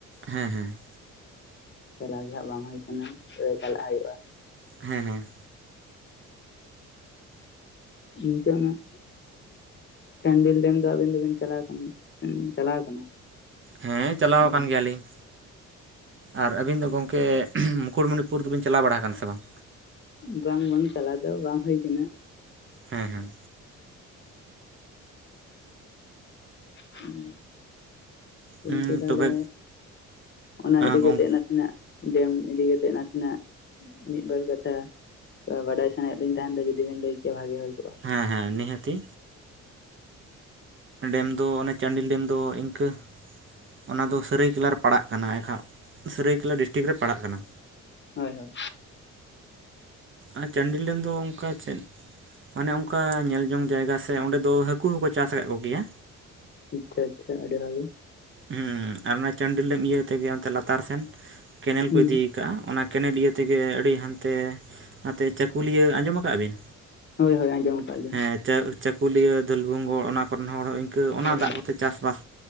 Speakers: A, on the right (about 40°); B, on the left (about 35°).
A: ᱦᱮᱸ ᱦᱮᱸ
B: ᱪᱟᱞᱟᱣ ᱜᱮ ᱦᱟᱸᱜ ᱵᱟᱝ ᱦᱩᱭ ᱠᱟᱱᱟ ᱛᱚ ᱪᱟᱞᱟᱜ ᱦᱳᱭᱳᱜᱼᱟ᱾
A: ᱦᱮᱸᱻ ᱦᱮᱸᱻ᱾
B: ᱤᱱ ᱠᱟ ᱱᱟᱜ ᱪᱟᱱᱰᱤᱞ ᱰᱮᱢ ᱫᱚ ᱟᱵᱤᱱ ᱫᱚᱵᱤᱱ ᱪᱟᱞᱟᱣ ᱠᱟᱱᱟ, ᱪᱟᱞᱟᱣ ᱠᱟᱱᱟ,?
A: ᱦᱮᱸ ᱪᱟᱞᱟᱣ
B: ᱧᱮᱞ
A: ᱠᱟᱱ ᱜᱮᱭᱟᱞᱤᱧ, ᱟᱨ ᱟᱹᱵᱤᱱ ᱫᱚ ᱜᱚᱢᱠᱮ ᱢᱩᱠᱩᱴᱢᱩᱱᱤᱯᱩᱨ ᱫᱚᱵᱤᱱ ᱪᱟᱞᱟᱣ ᱵᱟᱲᱟ ᱠᱟᱱᱟ ᱥᱮ ᱵᱟᱝ?
B: ᱵᱟᱝ-ᱵᱟᱝ ᱪᱟᱞᱟᱣ ᱫᱚ ᱵᱟᱝ ᱦᱳᱭ ᱠᱟᱱᱟ᱾
A: ᱦᱮᱸᱻ ᱦᱮᱸᱻ᱾
B: ᱦᱮᱸ᱾ ᱜᱚᱢᱠᱮ
A: ᱦᱩᱸ
B: ᱛᱟᱦᱚᱞᱮ
A: ᱛᱚᱵᱮ
B: ᱚᱱᱟ ᱤᱫᱤ
A: ᱜᱚᱝ
B: ᱠᱟᱛᱮ ᱱᱟᱥᱮᱱᱟᱜ ᱰᱮᱢ ᱤᱫᱤ ᱠᱟᱛᱮᱜ ᱱᱟᱥᱮᱱᱟᱜ ᱢᱤᱫᱵᱟᱨ ᱠᱟᱛᱷᱟ ᱵᱟᱰᱟᱭ ᱥᱟᱱᱟᱭᱮᱫ ᱞᱤᱧ ᱛᱟᱦᱮᱸᱱ ᱫᱚ ᱡᱩᱫᱤ ᱵᱮᱱ ᱞᱟᱹᱭ ᱠᱮᱭᱟ ᱵᱷᱟᱜᱮ ᱦᱳᱭ ᱠᱚᱜᱼᱟ?
A: ᱦᱮᱸᱻᱦᱮᱸᱻ ᱱᱤᱦᱟᱹᱛᱤ, ᱰᱮᱢ ᱫᱚ ᱚᱱᱮ ᱪᱟᱱᱰᱤᱞ ᱰᱮᱢ ᱫᱚ ᱤᱱᱠᱟᱹ ᱚᱱᱟ ᱫᱚ ᱥᱟᱹᱨᱟᱹᱭ ᱠᱮᱞᱟ ᱨᱮ ᱯᱟᱲᱟᱜ ᱠᱟᱱᱟ᱾ ᱮᱱᱠᱷᱟᱱ ᱥᱟᱹᱨᱟᱹᱭ ᱠᱮᱞᱟ ᱰᱤᱥᱴᱤᱠ ᱨᱮ ᱯᱟᱲᱟᱜ ᱠᱟᱱᱟ᱾
B: ᱦᱳᱭᱻ ᱦᱳᱭᱻ᱾
A: ᱮᱜ, ᱪᱟᱱᱰᱤᱞ ᱰᱮᱢ ᱫᱚ ᱚᱱᱠᱟ ᱪᱮᱱ ᱢᱟᱱᱮ ᱚᱱᱠᱟ ᱧᱮᱞ ᱡᱚᱝ ᱡᱟᱭᱜᱟ ᱥᱮ ᱚᱸᱰᱮ ᱫᱚ ᱦᱟᱹᱠᱩ ᱦᱚᱠᱚ ᱪᱟᱥ ᱠᱟᱫ ᱠᱚᱜᱮᱭᱟ᱾
B: ᱟᱪᱪᱷᱟᱻ ᱟᱪᱪᱷᱟᱻ ᱟᱹᱰᱤ ᱵᱷᱟᱜᱮ᱿
A: ᱦᱮᱸ ᱟᱨ ᱚᱱᱟ ᱪᱟᱱᱰᱤᱞ ᱰᱮᱢ ᱤᱭᱟᱹ ᱛᱮᱜᱮ ᱚᱱᱛᱮ ᱞᱟᱛᱟᱨ ᱥᱮᱱ ᱠᱮᱱᱮᱞ ᱠᱚ
B: ᱦᱩᱸ
A: ᱤᱫᱤ ᱠᱟᱜᱼᱟ, ᱚᱱᱟ ᱠᱮᱱᱮᱞ ᱤᱭᱟᱹ ᱛᱮᱜᱮ ᱟᱹᱰᱤ ᱦᱟᱱᱛᱮ, ᱱᱟᱛᱮ ᱪᱟᱹᱠᱩᱞᱤᱭᱟᱹ ᱟᱸᱡᱚᱢ ᱠᱟᱜ-ᱟ ᱵᱤᱱ?
B: ᱦᱳᱭᱻ ᱦᱳᱭᱻ ᱟᱸᱡᱚᱢ᱾ ᱟᱠᱟᱫ ᱞᱤᱧ
A: ᱦᱮᱸ ᱪᱟᱹ, ᱪᱟᱹᱠᱩᱞᱤᱭᱟᱹ, ᱫᱷᱩᱞᱵᱷᱩᱢᱜᱚᱲ ᱚᱱᱟ ᱠᱚᱨᱮᱱ ᱦᱚᱲ ᱦᱚᱸ ᱤᱱᱠᱟᱹ
B: ᱦᱳᱭ
A: ᱚᱱᱟ ᱫᱟᱜ ᱠᱚᱛᱮ ᱪᱟᱥᱵᱟᱥ